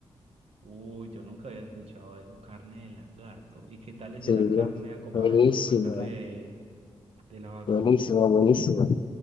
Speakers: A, on the right (about 70°); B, on the left (about 50°).
A: Uy, yo nunca había escuchado eso, carne de lagarto. ¿Y qué tal es
B: Sí,
A: esa carne a comparación
B: buenísima,
A: con la carne de, de la vaca?
B: buenísima, buenísima.